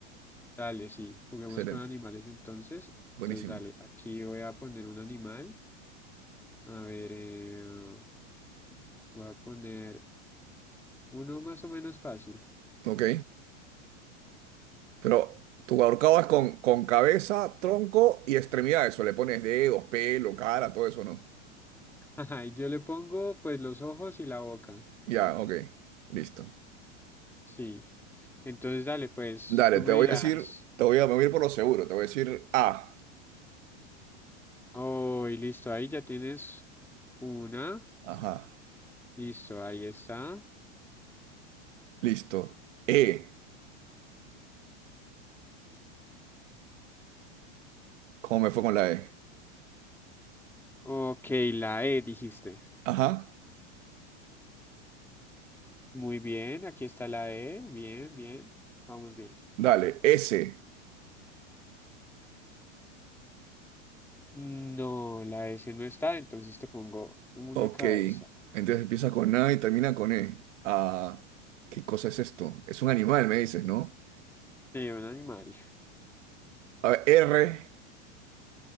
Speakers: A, in the centre; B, on the right.
A: Dale, sí, juguemos
B: Excelente,
A: con animales entonces.
B: buenísimo.
A: Entonces, dale, aquí voy a poner un animal. A ver, eh, voy a poner uno más o menos fácil.
B: Ok, pero tu ahorcado es con, con cabeza, tronco y extremidades, o le pones dedos, pelo, cara, todo eso, ¿no?
A: <laughs> Ajá, y yo le pongo pues los ojos y la boca.
B: Ya, ok, listo.
A: Sí. Entonces dale, pues
B: Dale,
A: tú
B: te
A: me
B: voy
A: dirás,
B: a decir, te voy a, me voy a ir por lo seguro, te voy a decir A.
A: oh, y listo, ahí ya tienes una.
B: Ajá,
A: Listo, ahí está.
B: listo. E, ¿cómo me fue con la E?
A: Ok, la E dijiste.
B: Ajá,
A: Muy bien, aquí está la E. Bien, bien. Vamos bien.
B: dale, S.
A: No, la S no está, entonces te pongo una
B: Ok,
A: cabeza.
B: entonces empieza con A y termina con E. Ah, ¿qué cosa es esto? Es un animal, me dices, ¿no?
A: Sí, un animal.
B: A ver, R,